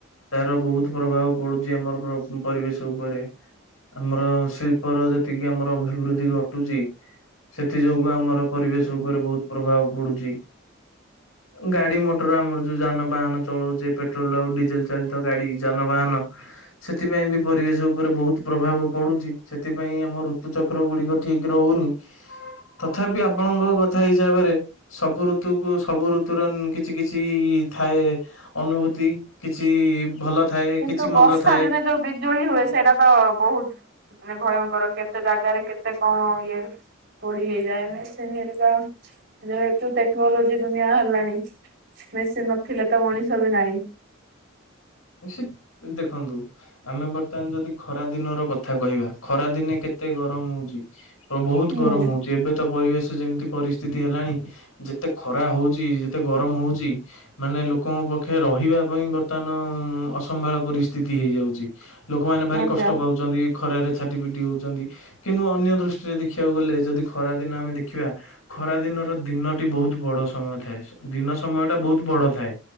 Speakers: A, on the left (about 85°); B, on the right (about 50°).
A: ତାର ବହୁତ ପ୍ରଭାବ ପଡୁଛି ଆମର <unintelligible> ପରିବେଶ ଉପରେ। ଆମର ଶିଳ୍ପର ଯେତିକି ଆମର ଅଭିବୃଦ୍ଧି ଘଟୁଚି ସେଥି ଯୋଗୁ ଆମର ପରିବେଶ ଉପରେ ବୋହୁତ ପ୍ରଭାବ ପଡୁଛି। ଗାଡି ମଟର ଆମର ଯୋଉ ଯାନବାହାନ ଚଳଉଚେ ପେଟ୍ରୋଲ ଆଉ ଡିଜେଲ ଚାଳିତ ଗାଡି ଯାନବାହନ ସେଥିପାଇଁ ବି ପରିବେଶ ଉପରେ ବୋହୁତ ପ୍ରଭାବ ପଡୁଚି। ସେଥିପାଇଁ ଆମ ଋତୁ ଚକ୍ର ଗୁଡିକ ଠିକ ରହୁନି। ତଥାପି ଆପଣଙ୍କ କଥା ହିସାବରେ ସବୁ ଋତୁ କୁ ସବୁ ଋତୁର ଉଁ କିଛି କିଛି ଥାଏ ଅନୁଭୂତି କିଛି ଭଲ ଥାଏ
B: କିନ୍ତୁ
A: କିଛି ମନ୍ଦ
B: ବର୍ଷା
A: ଥାଏ।
B: ଦିନେ ଯୋଉ ବିଜୁଳି ହୁଏ ସେଇଟା ତ ବୋହୁତ ମାନେ ଭୟଙ୍କର କେତେ ଜାଗାରେ କେତେ କଣ ଇଏ ପୋଡି ହେଇଯାଏ ମେସିନ ହେରିକା ଯେହେତୁ ଟେକ୍ନୋଲୋଜି ଦୁନିଆ ହେଲାଣି। ମେସିନ ନଥିଲେ ତ ମଣିଷ ବି ନାହିଁ।
A: ସେ ଦେଖନ୍ତୁ ଆମେ ବର୍ତ୍ତମାନ ଯଦି ଖରା ଦିନର କଥା କହିବା ଖରା ଦିନେ କେତେ ଗରମ ହଉଚି। ବ ବୋହୁତ
B: ହୁଁ
A: ଗରମ ହୋ ଏବେ ତ ପରିବେଶ ଯେମିତି ପରିସ୍ଥିତି ହେଲାଣି ଯେତେ ଖରା ହଉଚି ଯେତେ ଗରମ ହଉଚି ମାନେ ଲୋକଙ୍କ ପକ୍ଷେ ରହିବା ପାଇଁ ବର୍ତ୍ତମାନ ଉଁ ଅସମ୍ଭାଳ ପରିସ୍ଥିତି ହେଇଯାଉଚି। ଲୋକମାନେ ଭାରି
B: ଆଜ୍ଞା
A: କଷ୍ଟ ପାଉଚନ୍ତି। ଖରାରେ ଛାଟି ପିଟି ହଉଚନ୍ତି କିନ୍ତୁ ଅନ୍ୟ ଦୃଷ୍ଟିରେ ଦେଖିବାକୁ ଗଲେ ଯଦି ଖରା ଦିନ ଆମେ ଦେଖିବା ଖରା ଦିନର ଦିନଟି ବୋହୁତ ବଡ ସମୟ ଥାଏ ଦିନ ସମୟ ଟା ବୋହୁତ ବଡ ଥାଏ।